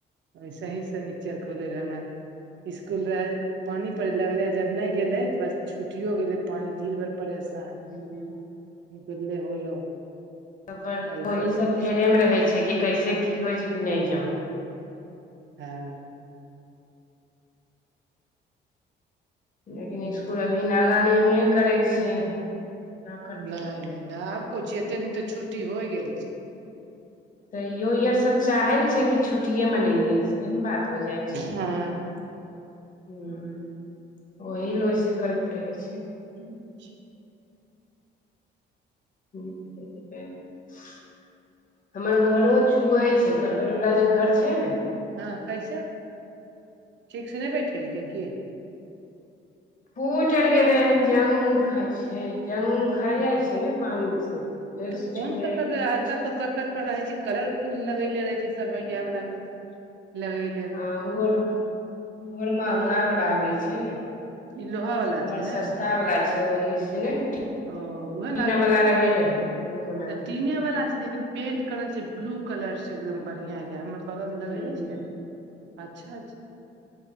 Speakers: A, on the right (about 65°); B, on the left (about 40°).
A: वसेहीसँ चर खोले रह हम इसकूल रहे पानी परे लगले जब नहि गेले त बस छुटो गेले पानी दिन भर परेशान
B: गेलौ
A: बे ले होलो
B: त बड़
A: यही
B: ओहि
A: खुश
B: सब फेरेमे रहै छै कि कैसे की होइ छै कि नै जाउ
A: हँ
B: लेकिन इसकुल अभी नागा नहिए करयके छै करतै
A: नै नै न आब कह एते दिन तऽ छुट्टी होइ गेल छै
B: तैयो ई आर सब चाहै ने छै कि छुट्टि मनेले से ने बात हो जाइ छै
A: हँ
B: हं ओहि ल ओस करैत रहै छै
A: अं छ
B: <inaudible> हमर घरो चुएै छै करकट वला जे घर छै ने
A: हं कैसे ठीक से नै बैठेलकै की
B: फूइट
A: फुटि
B: आर
A: कहाँ
B: गेलै
A: से
B: जंग खा छै जंख भायजाइ
A: अच्छा
B: छै ने पानी से तऽ उहे
A: कोन
B: चुए
A: करकट
B: लगै
A: आजकल
B: छै
A: तो करकट पर रहे छै कलरफुल लगैले रहे छै सबैया हमरा सब लगेे
B: हं ओर ओ आर महंगावला आबै छै ने
A: ई लोहा वाला
B: हमर
A: छै ने
B: सस्ता वला छय ओहि स ने पीना
A: ओ उएह ने आजकल
B: वला रहै रहै ओहो
A: तऽ टीने वाला छै लेकिन पेंट करल छ ब्लू कलर से एकदम बढ़िया ह हमर बगल मे लगैले
B: हूँ
A: छै अच्छा